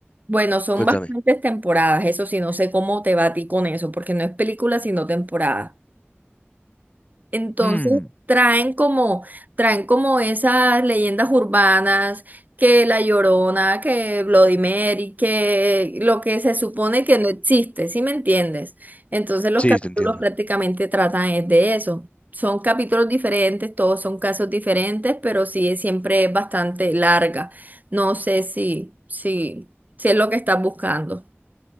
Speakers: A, on the right; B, on the left.
A: bueno, son
B: Cuéntame.
A: bastantes temporadas, eso sí, no sé cómo te va a ti con eso, porque no es película, sino temporada. Entonces
B: Hmm.
A: traen como, traen como esas leyendas urbanas, que La Llorona, que Bloody Mary, que lo que se supone que no existe, ¿sí me entiendes? Entonces los
B: Sí,
A: capítulos
B: te entiendo.
A: prácticamente tratan es de eso. Son capítulos diferentes, todos son casos diferentes, pero sí es- siempre es bastante larga. No sé si, si, si es lo que estás buscando.